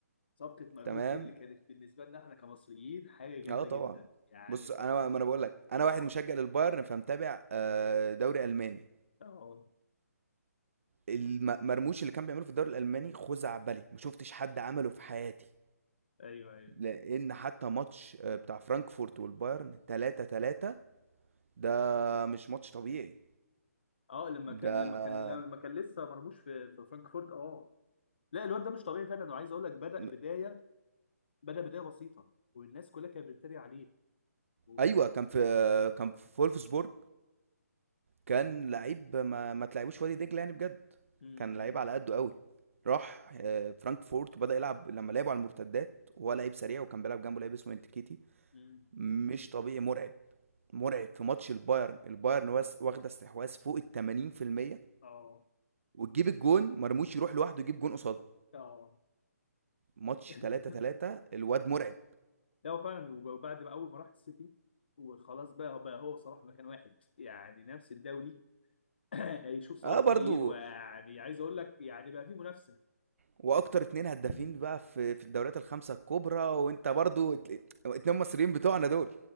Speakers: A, on the left; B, on the right.
A: صفقه مرموش
B: تمام
A: دي اللي كانت بالنسبه لنا احنا كمصريين حاجه جامده
B: اه طبعا
A: جدا يعني
B: بص
A: ف...
B: انا ما انا بقول لك انا
A: اه
B: واحد مشجع للبايرن فمتابع آه، دوري الماني
A: اه
B: المرموش اللي كان بيعمله في الدوري الالماني خزعبلي ما شفتش حد عمله في حياتي
A: ايوه ايوه
B: لان حتى ماتش آه، بتاع فرانكفورت والبايرن 3 3 ده مش ماتش طبيعي
A: اه لما
B: ده
A: كان لما كان لما كان لسه مرموش في في فرانكفورت اه لا الواد ده مش طبيعي فعلا انا عايز اقول لك بدا
B: م-
A: بدايه بدا بدايه بسيطه والناس كلها كانت بتتريق عليه وكانوا
B: ايوه كان في
A: كانوا
B: كان في فولفسبورج كان لعيب ما, ما تلعبوش في وادي دجله يعني بجد
A: امم
B: كان لعيب على قده قوي راح آه، فرانكفورت وبدأ يلعب لما لعبوا على المرتدات هو لعيب سريع وكان بيلعب جنبه لعيب اسمه انتكيتي
A: امم
B: مش طبيعي مرعب مرعب في ماتش البايرن البايرن واس- واخده استحواذ فوق ال 80%
A: اه
B: وتجيب الجون مرموش يروح لوحده يجيب جون قصادها
A: اه
B: ماتش
A: <laughs>
B: 3 3 الواد مرعب
A: لا هو فعلا وبعد ما اول ما راح السيتي وخلاص بقى بقى هو صلاح مكان واحد يعني نفس الدوري <clears throat> هيشوف صلاح
B: اه
A: كتير
B: برضو
A: ويعني عايز اقول لك يعني بقى في منافسه
B: واكتر اتنين هدافين
A: <clears throat>
B: بقى في في الدوريات الخمسه الكبرى وانت برضو ات- اتنين مصريين بتوعنا دول